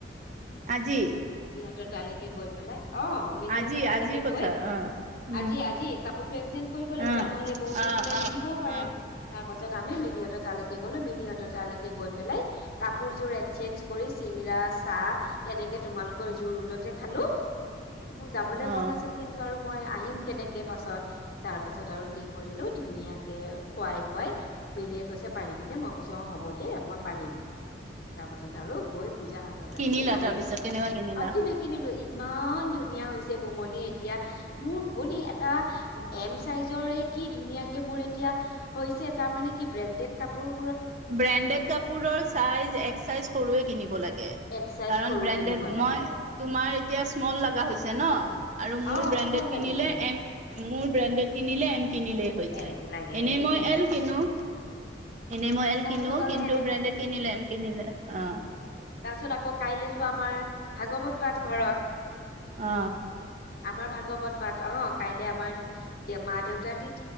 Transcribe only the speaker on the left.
<unintelligible> তালৈকে গৈ পেলাই অ মিলিহঁতৰ
তালৈকে
গৈ।
আজি আজি কাপোৰটো এক্সেঞ্জ কৰিব লাগিব
নহলে বহুত
দিন হ'লে
নিদিবও পাৰে
তাৰ। পাছত আমি মিলহঁতৰ তাৰলৈকে গ'লো মিলিহঁতৰ তাৰলৈকে। <unintelligible> গৈ পেলাই কাপোৰযোৰ এক্সচেঞ্জ কৰি চিংৰা চাহ তেনেকে। তোমালোকৰ জু ৰদতে খালোঁ মোৰ যাবলে
মন আছিল কিন্তু আৰু। মই আহিম কেনেকে পাছত, তাৰপাছত আৰু কি কৰিলোঁ ধুনীয়াকে খুৱাই বোৱাই। বেলিয়ে কৈছে পাৰিবিনে, মই কৈছো অ হ'ব দে মই পাৰিম। তাৰ পাছত আৰু গৈ পূজাহঁতৰ তাতে
নামি
ললো
অ', কিনি কিনিলো। ইমান ধুনীয়া হৈছে বুমনি এতিয়া, মোৰ <unintelligible> এটা এম চাইজৰ। কি ধুনীয়াকে মোৰ এতিয়া হৈছে তাৰমানে কি ব্ৰেণ্ডেড কাপোৰ।
এক চাইজ
সৰু
কিনিব
লাগে
উম
অ
স্মল
লাগিছে
এম লাগে
উম
তাৰপিছত আৰু
সেনেকেই
কিনিলোঁ,
উম।
তাৰপিছত আকৌ কাইলেতো আমাৰ ভাগৱত পাঠ ঘৰত।
আমাৰ ভাগৱত পাঠ, অ', কাইলে আমাৰ দে মা-দেউতাৰ তি। থি